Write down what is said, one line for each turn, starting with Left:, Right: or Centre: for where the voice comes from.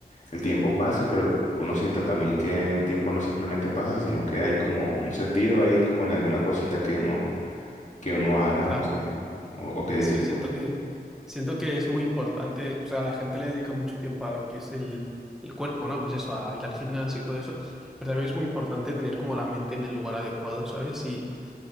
Left: el tiempo pase, pero uno sienta también que el tiempo no simplemente pasa, sino que hay como un sentido ahí, como en alguna cosita que uno, que uno haga,
Centre: claro.
Left: no sé, o, o qué dices
Centre: Es que siento
Left: tú.
Centre: que, siento que es muy importante, o sea, la gente le dedica mucho tiempo a lo que es el, el cuerpo, ¿no? Pues eso, a ir al gimnasio y todo eso, pero también es muy importante tener como la mente en el lugar adecuado, ¿sabes? Y